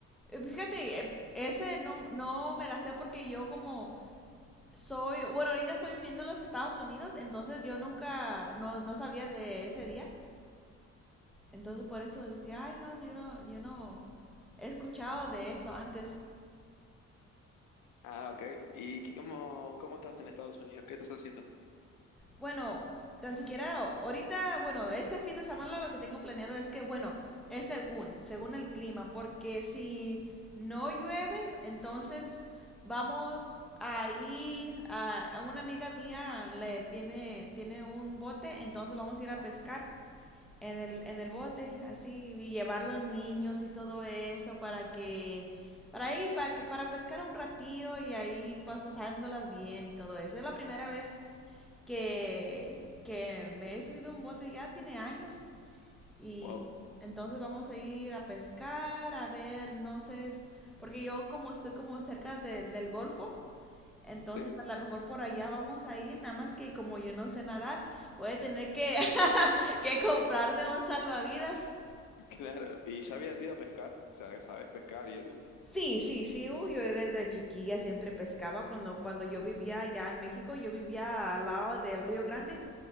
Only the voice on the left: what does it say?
Ah, ok. ¿Y qué- cómo, cómo estás en Estados Unidos? ¿Qué estás haciendo?
Wow.
Sí,
<laughs> claro. ¿Y ya habías ido a pescar? O sea, ¿sabés pescar y eso?